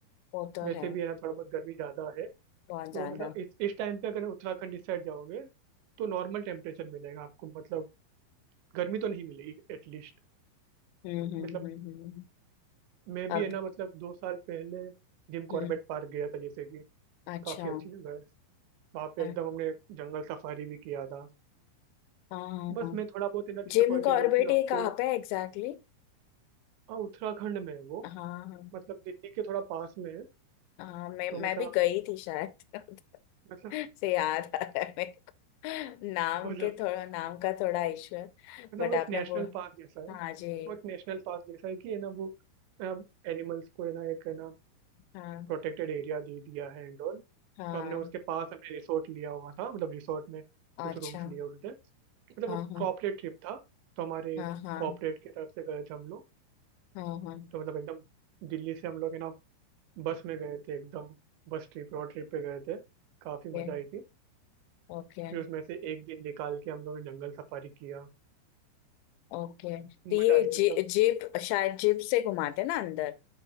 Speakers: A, on the left; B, on the right.
A: वो तो
B: वैसे
A: है
B: भी है ना थोड़ा बहुत गर्मी ज़्यादा है
A: बहुत
B: तो
A: ज्यादा
B: मतलब इस इस टाइम पे अगर उत्तराखंड इस साइड जाओगे तो नॉर्मल टेम्परेचर मिलेगा आपको मतलब गर्मी तो नहीं मिलेगी एटलीस्ट
A: हम्म हम्म
B: मतलब
A: हम्म हम्म, हम्म।
B: मैं
A: अब
B: भी है ना मतलब दो साल पहले जिम
A: हम्म
B: कॉर्बेट पार्क गया था जैसे कि
A: अच्छा
B: काफी अच्छी जगह है वहाँ पे
A: हाँ
B: एकदम हमने जंगल सफारी भी किया था
A: हाँ
B: बस
A: हाँ
B: मैं थोड़ा बहुत है ना डिसअपॉइंटेड
A: जिम कॉर्बेट
B: हूँ कि हमको
A: ये कहाँ पे एग्जैक्टली
B: हाँ उत्तराखंड में है वो
A: हाँ हाँ
B: मतलब दिल्ली के थोड़ा पास में है
A: हाँ मैं
B: तो मतलब
A: मैं भी गई थी शायद
B: मतलब
A: <laughs> से याद आ रहा है मेरे को नाम
B: मतलब
A: के थोड़ा नाम का थोड़ा इश्यू है
B: मतलब
A: बट
B: वो एक
A: आपने
B: नेशनल
A: बोल
B: पार्क जैसा है
A: हाँ जी
B: वो एक नेशनल पार्क जैसा है कि है ना वो एनिमल्स को है ना एक है ना
A: हाँ
B: प्रोटेक्टेड एरिया दे दिया है एंड ऑल
A: हाँ
B: तो हमने उसके पास हमने रिसोर्ट लिया हुआ था मतलब रिसोर्ट में कुछ
A: अच्छा
B: रूम्स लिए हुए थे मतलब
A: हाँ
B: वो
A: हाँ
B: कॉर्पोरेट ट्रिप था तो हमारे
A: हाँ हाँ
B: कॉर्पोरेट की तरफ से गए थे हम लोग
A: हाँ हाँ
B: तो मतलब एकदम दिल्ली से हम लोग है ना बस में गए थे एकदम बस ट्रिप रोड ट्रिप पे गए थे काफी
A: ओके
B: मजा आई थी
A: ओके
B: फिर उसमें से एक दिन निकाल के हम लोगों ने जंगल सफारी किया
A: ओके तो ये
B: मजा आई थी
A: जि,
B: मतलब
A: जिप शायद जिप से घुमाते ना अंदर